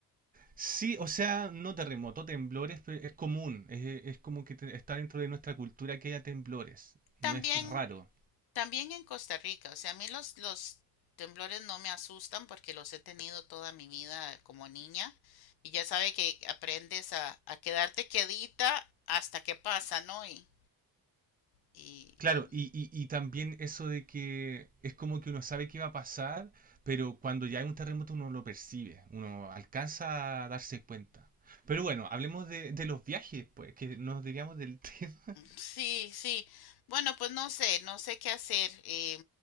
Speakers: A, on the right; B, on the left.
A: Sí, o sea, no terremoto, temblores, pe- es común, es, es como que te- está dentro de nuestra cultura que haya temblores, no
B: También,
A: es raro.
B: también en Costa Rica. O sea, a mí los, los temblores no me asustan porque los he tenido toda mi vida como niña. Y ya sabe que aprendes a, a quedarte quedita hasta que pasa, ¿no? Y, y,
A: Claro,
B: y
A: y, y- y también eso de que es como que uno sabe qué va a pasar, pero cuando ya hay un terremoto uno lo percibe, uno alcanza a darse cuenta. Pero bueno, hablemos de, de los viajes, pues, que nos digamos del <laughs> tema.
B: Sí, sí. Bueno, pues no sé, no sé qué hacer. Eh,